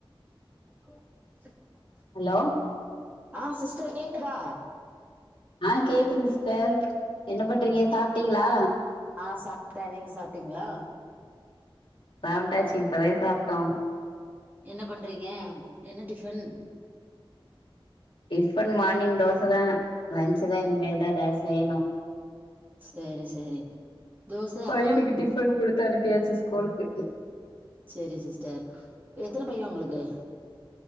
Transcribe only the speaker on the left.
Hello
ஆ கேக்குது சிஸ்டர் என்ன பண்றீங்க சாப்ட்டீங்ளா
சாப்ட்டாச்சு இப்பதே சாப்ட்டோ
டிஃபன் மார்னிங் தோசதா லன்ஞ்சுதா இன்னுமேல்தா எதாவ் செய்யணு
பையனுக்கு
டிஃபன் குடுத்து அனுப்பியாச்சு ஸ்கூலுக்கு